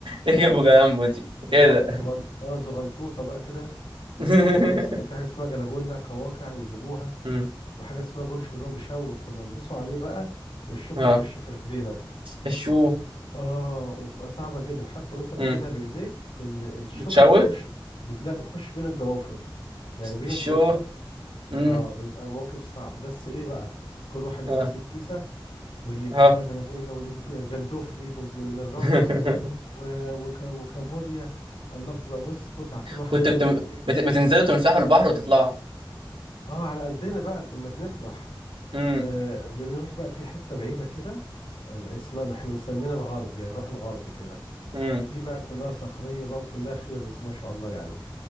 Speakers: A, on the right; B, on the left.
A: ايه ابو جامبو
B: ز-
A: دي
B: زغ...
A: ايه ده
B: زغن... اه زغنطوطة بقى كده وفي
A: <laughs>
B: حاجة اس- وفي حاجة اسمها جلاجولا كواكع نجيبوها
A: مم.
B: وحاجة اسمها جونش اللي هو بشوك كنا ندوسه عليه بقى والشوك
A: اه
B: يخش في رجلينا
A: الشو
B: اه وتبقى صعبة جدا حتى وانت بتجيبها
A: مم.
B: بايديك ال- الشوكة
A: بتشوك
B: بتخش لا بتخش بين الضوافر يعني بين
A: الشو
B: الضفر
A: مم.
B: اه بيبقى موقف صعب بس ايه بقى كل واحد بقى
A: اه
B: ماسك كيسة واللي يجيب
A: اه
B: بقى جلاجولا واللي يجيب جندوفلي من من الرملة
A: <laughs>
B: و- وك وكابوريا الله بتبقى بص متعة كل واحد
A: كنت
B: بقى
A: بتم...
B: يجيب ايه
A: بت... بتنزلوا تمسحوا البحر وتطلعوا
B: اه على قدنا بقى كنا بنفرح
A: مم.
B: آه بنروح بقى في حتة بعيدة كده آه، اسمها ما احنا مسمينها الغرب يعني نروح الغرب كده
A: مم.
B: دي بقى كلها صخرية بقى وكلها خير بس ما شاء الله يعني